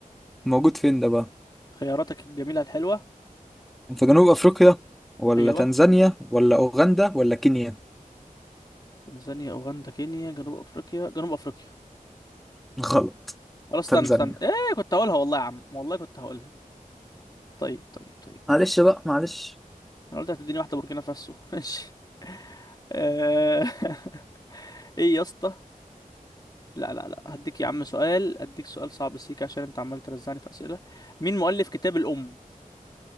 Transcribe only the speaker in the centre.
موجود فين ده بقى
في جنوب أفريقيا ولا
تنزانيا ولا أوغندا ولا كينيا
غلط
تنزانيا
معلش
بقى معلش